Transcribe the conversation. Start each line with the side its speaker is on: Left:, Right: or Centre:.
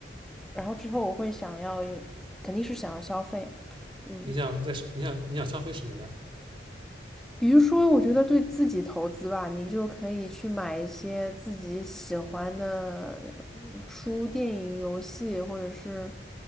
Centre: 然后之后我会想要，肯定是想要消费，嗯，
Right: 你想在什你想你想消费什么呢？
Centre: 比如说，我觉得对自己投资吧，你就可以去买一些自己喜欢的嗯书、电影、游戏，或者是